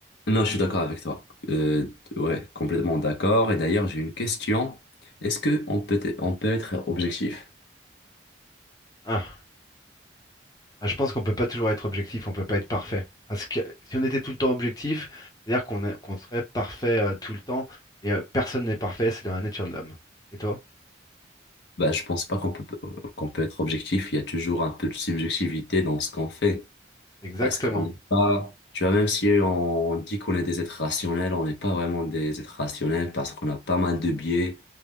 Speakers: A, on the left; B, on the left.
A: Non, je suis d'accord avec toi. Euh, ouais, complètement d'accord. Et d'ailleurs, j'ai une question. Est-ce que on peut, on peut être objectif?
B: Ah. Ah, je pense qu'on peut pas toujours être objectif, on peut pas être parfait. Parce que si on était tout le temps objectif, c'est-à-dire qu'on est- qu'on serait parfait euh, tout le temps, et euh, personne n'est parfait, c'est dans la nature de l'homme. Et toi?
A: Bah, je pense pas qu'on peut, qu'on peut être objectif. Il y a toujours un peu de subjectivité dans ce qu'on fait.
B: Exactement.
A: Parce qu'on n'est pas, tu vois, même si on, dit qu'on est des êtres rationnels, on n'est pas vraiment des êtres rationnels parce qu'on a pas mal de biais